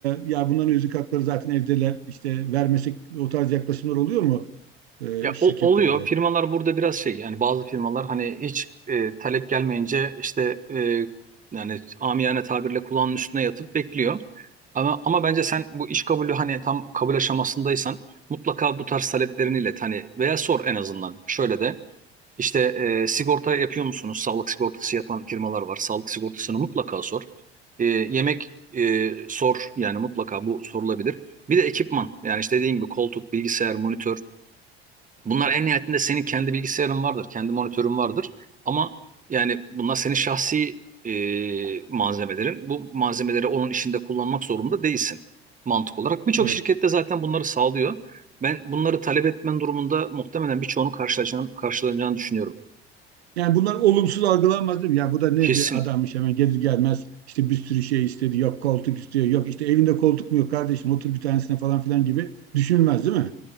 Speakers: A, on the right; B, on the right.
A: ya bunların özlük hakları zaten evdeler işte vermesek o tarz yaklaşımlar oluyor mu e,
B: Ya
A: şirketlerde?
B: ol- oluyor. Firmalar burada biraz şey yani bazı firmalar hani hiç e, talep gelmeyince işte e, yani amiyane tabirle kulağının üstüne yatıp bekliyor. Ama ama bence sen bu iş kabulü hani tam kabul aşamasındaysan mutlaka bu tarz taleplerini ilet hani veya sor en azından. Şöyle de işte e, sigorta yapıyor musunuz? Sağlık sigortası yapan firmalar var. Sağlık sigortasını mutlaka sor. E, yemek e, sor yani mutlaka bu sorulabilir. Bir de ekipman yani işte dediğin gibi koltuk, bilgisayar, monitör Bunlar en nihayetinde senin kendi bilgisayarın vardır, kendi monitörün vardır. Ama yani bunlar senin şahsi e, malzemelerin. Bu malzemeleri onun işinde kullanmak zorunda değilsin mantık olarak. Birçok
A: Evet.
B: şirkette zaten bunları sağlıyor. Ben bunları talep etmen durumunda muhtemelen birçoğunu karşılaşacağını, karşılanacağını düşünüyorum.
A: Yani bunlar olumsuz algılanmaz değil mi? Ya bu da ne
B: Kesin.
A: bir adammış hemen gelir gelmez işte bir sürü şey istedi yok koltuk istiyor yok işte evinde koltuk mu yok kardeşim otur bir tanesine falan filan gibi düşünülmez değil mi?